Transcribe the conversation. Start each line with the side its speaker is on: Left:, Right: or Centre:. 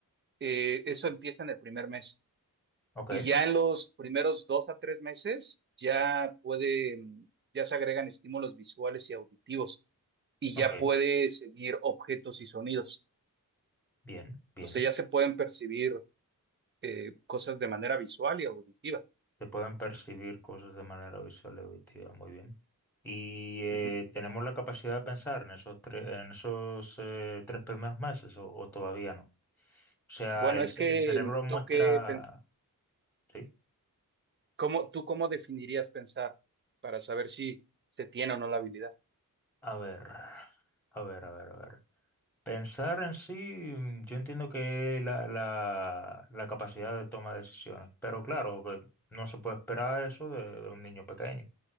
Right: eh, eso empieza en el primer mes.
Centre: ok,
Right: Y ya en los primeros dos a tres meses ya puede, mm, ya se agregan estímulos visuales y auditivos y
Centre: ok,
Right: ya puede seguir objetos y sonidos.
Centre: bien, bien.
Right: O sea, ya se pueden percibir eh, cosas de manera visual y auditiva.
Centre: Se pueden percibir cosas de manera visual y auditiva, muy bien. Y eh,
Right: Ujú.
Centre: tenemos la capacidad de pensar en esos, tres en esos eh, tres primeros meses o, o todavía no. O sea,
Right: Bueno,
Centre: el,
Right: es
Centre: ce-
Right: que
Centre: el cerebro
Right: mm,
Centre: muestra...
Right: tú qué, pens-
Centre: Sí,
Right: cómo, tú cómo definirías pensar para saber si se tiene o no la habilidad.
Centre: a ver, a ver, a ver, a ver. Pensar en sí, mm, yo entiendo que es la, la, la capacidad de toma de decisiones, pero claro, que no se puede esperar eso de, de un niño pequeño.